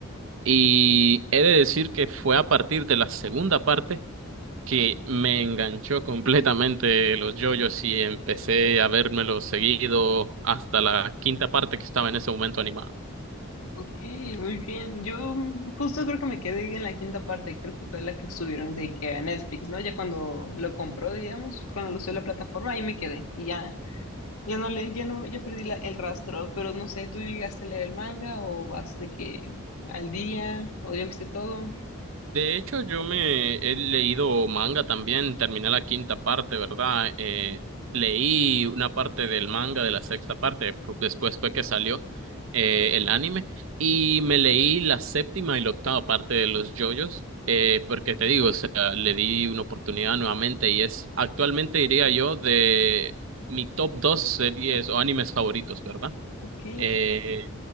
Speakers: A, on the right; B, on the left.
A: Y he de decir que fue a partir de la segunda parte que me enganchó completamente los JoJo's y empecé a vérmelos seguido hasta la quinta parte que estaba en ese momento animada.
B: ok, muy bien. Yo mm, justo creo que me quedé en la quinta parte, creo que fue la que subieron de que a Netflix, ¿no? Ya cuando lo compró, digamos, cuando lo subió a la plataforma, ahí me quedé y ya Ya no le, ya no, yo perdí la- el rastro, pero no sé, ¿tú llegaste a leer el manga o vas de que al día o ya viste todo?
A: De hecho, yo me he leído manga también, terminé la quinta parte, ¿verdad? Eh, leí una parte del manga de la sexta parte, fu- después fue que salió eh, el anime, y me leí la séptima y la octava parte de los JoJo's, eh, porque te digo, o sea, le di una oportunidad nuevamente y es actualmente, diría yo, de mi top dos series o animes favoritos, ¿verdad?
B: Ok,
A: Eh,